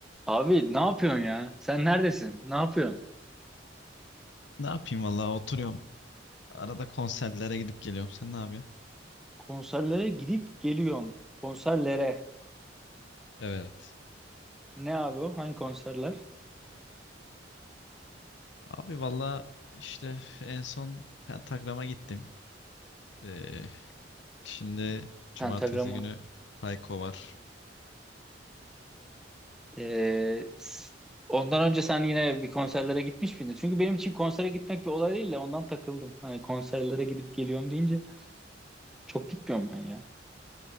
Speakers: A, in the centre; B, on the left.
A: Abi ne yapıyorsun ya? Sen neredesin? Ne yapıyorsun?
B: Ne yapayım valla oturuyorum. Arada konserlere gidip geliyorum. Sen ne yapıyorsun?
A: Konserlere gidip geliyorsun. Konserlere.
B: Evet.
A: Ne abi o? Hangi konserler?
B: Abi valla işte en son Pentagram'a gittim. Ee, şimdi cumartesi
A: Pentagrama.
B: günü Hayko var.
A: Ee, s- ondan önce sen yine bir konserlere gitmiş miydin? Çünkü benim için konsere gitmek bir olay değil de ondan takıldım. Hani konserlere gidip geliyorum deyince çok gitmiyorum ben ya.